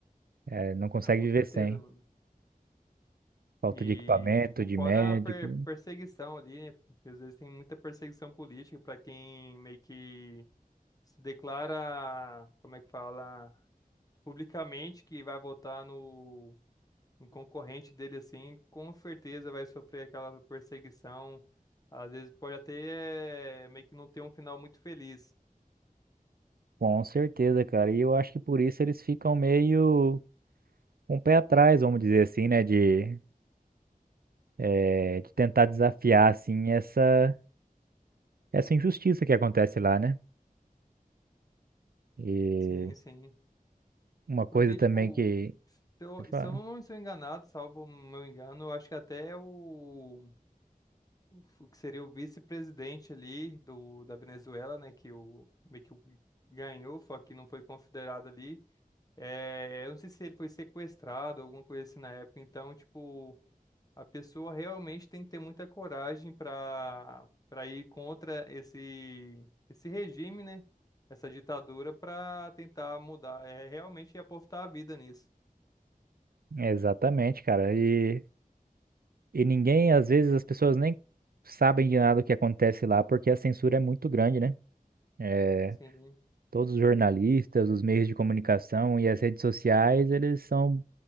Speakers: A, on the right; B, on the left.
A: É, não consegue
B: Ah, com
A: viver
B: certeza,
A: sem.
B: mano.
A: Falta
B: E,
A: de equipamento,
B: tipo,
A: de
B: fora
A: médico.
B: a per- perseguição ali, né? Porque às vezes tem muita perseguição política pra quem meio que se declara, como é que fala, publicamente que vai votar no, no concorrente dele assim, com certeza vai sofrer aquela perseguição. Às vezes pode até eh, meio que não ter um final muito feliz.
A: Com certeza, cara. E eu acho que por isso eles ficam meio com o pé atrás, vamos dizer assim, né? De, eh, de tentar desafiar, assim, essa, essa injustiça que acontece lá, né? E
B: Sim, sim.
A: uma
B: Porque,
A: coisa também
B: tipo,
A: que.
B: se eu,
A: pode falar.
B: se eu não estou enganado, salvo o meu engano, eu acho que até o, o que seria o vice-presidente ali do, da Venezuela, né, que o, meio que o ganhou, só que não foi considerado ali. É, eu não sei se ele foi sequestrado, alguma coisa assim na época. Então, tipo, a pessoa realmente tem que ter muita coragem para para ir contra esse esse regime, né? Essa ditadura para tentar mudar. É realmente apostar a vida nisso.
A: Exatamente, cara. E, e ninguém, às vezes, as pessoas nem sabem de nada o que acontece lá, porque a censura é muito grande, né? Eh,
B: Sim,
A: todos os jornalistas, os meios de comunicação e as redes sociais, eles são